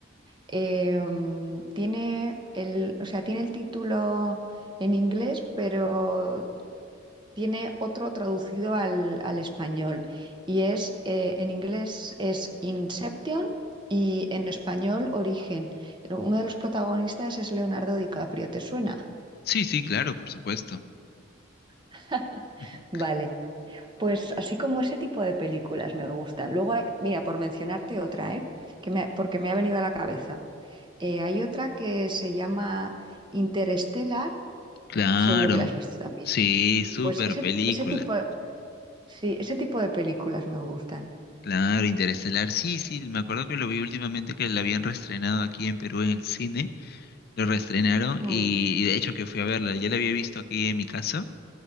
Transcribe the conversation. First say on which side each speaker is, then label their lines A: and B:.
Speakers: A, on the right; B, on the left.
A: Eh, mm, tiene el, o sea, tiene el título en inglés, pero tiene otro traducido al, al español y es, eh, en inglés es Inception y en español Origen. Eh, Uno de los protagonistas es Leonardo DiCaprio, ¿te suena?
B: Sí, sí, claro, por supuesto.
A: <laughs>
B: <laughs>
A: Vale, pues así como ese tipo de películas me gustan. Luego hay- mira, por mencionarte otra, ¿eh? Que me, porque me ha venido a la cabeza. Eh, hay otra que se llama Interstellar,
B: Claro.
A: seguro que la has visto también.
B: Sí, súper
A: Pues ese,
B: película.
A: ese tipo, sí, ese tipo de películas me gustan.
B: Claro, Interestelar. Sí, sí, me acuerdo que lo vi últimamente que la habían reestrenado aquí en Perú en el cine. Lo reestrenaron
A: Mm.
B: y, y de hecho que fui a verla. Ya la había visto aquí en mi casa,